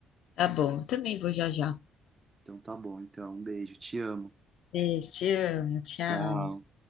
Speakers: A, on the left; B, on the right.
A: Tá bom, eu também vou já já.
B: Então tá bom, então, um beijo, te amo.
A: Beijo, te amo, tchau.
B: Tchau.